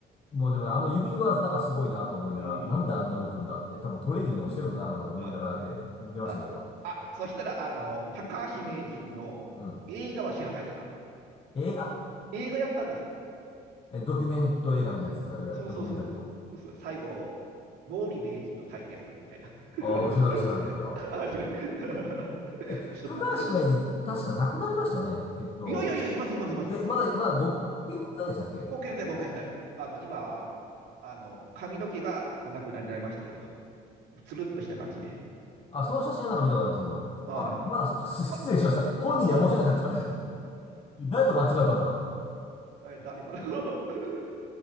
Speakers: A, on the left; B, on the right.
A: もうでもねあの指はなんかすごいなと思いながら、
B: うん。
A: なんであんな動くんだって、多分トレーニングでもしてるのかなと思いながらね、
B: あ、
A: 見てましたけど。
B: ああそしたら、あの、高橋名人の映画は知らないですか
A: うん。映画
B: 映画やったんですよ。
A: え、ドキュメント映画みたいなやつですかいわゆるドキュメンタリーの。
B: そうそうそう。そう最後、毛利名人と対決みたいな。
A: ああ、知らない知らない、
B: <laughs>
A: それは。
B: あ、知らない。<laughs>
A: え、
B: ちょっと僕、
A: 高橋名人、
B: それ、
A: 確か亡くなりましたよね。えっと、
B: いやいやいや、いますいますいます。
A: え、まだ、まだご健在でしたっけ
B: ご健在、ご健在。あの、今、あの、髪の毛がお亡くなりになりましたけど、つるっとした感じで。
A: あ、その写真はなんか見たことありますけど。
B: はい。
A: まあ、まだそっか、<laughs> す失礼しました。
B: ま、
A: 本人には申し訳なかった。
B: どうも。
A: <laughs> 誰と間違ったんだろ
B: え、誰かな <laughs>